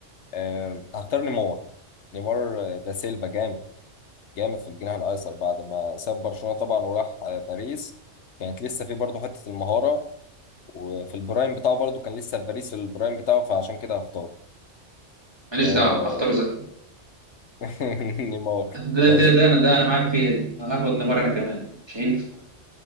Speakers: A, on the left; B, on the right.
A: آه، هختار نيمار نيمار آه، ده سيلفا جامد جامد في الجناح الايسر بعد ما ساب برشلونة طبعا وراح آه، باريس كانت لسه في برضه حتة المهارة وفي البرايم بتاعه برضه كان لسه في باريس في البرايم بتاعه فعشان كده هختار
B: ماليش
A: آه،
B: دعوه هختاره زي
A: <laughs> نيمار
B: ده
A: ماشي
B: ده ده انا ده انا معاك فيها دي هاخد نيمار انا كمان مش هينفع